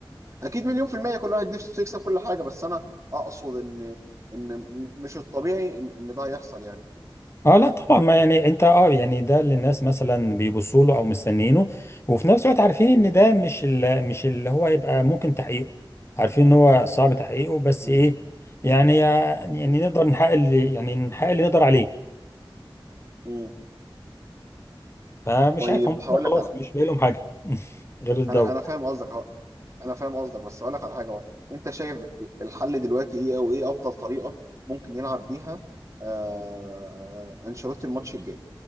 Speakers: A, on the right; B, on the left.
A: اكيد مليون في الميه كل واحد نفسه يكسب كل حاجه بس انا اقصد ان ان م- مش الطبيعي ان, ان ده هيحصل يعني
B: اه لا طبعا ما يعني انت اه يعني ده اللي الناس مثلا بيبصوا له او مستنيينه وفي نفس الوقت عارفين
A: مم،
B: ان ده مش ال- مش اللي هو يبقى ممكن تحقيقه عارفين ان هو صعب تحقيقه بس
A: مم،
B: ايه يعني يعني يعني
A: مم،
B: نقدر نحقق اللي يعني نحقق اللي نقدر عليه
A: مم.
B: فمش
A: طيب
B: عارف هم
A: هقول
B: كده خلاص
A: لك على
B: مش باقي لهم حاجه <laughs> غير الدوري
A: انا انا فاهم قصدك أهو. انا فاهم قصدك بس اقول لك على حاجه برضه. انت شايف الحل دلوقتي ايه او ايه افضل طريقه ممكن يلعب بيها آه انشيلوتي الماتش الجاي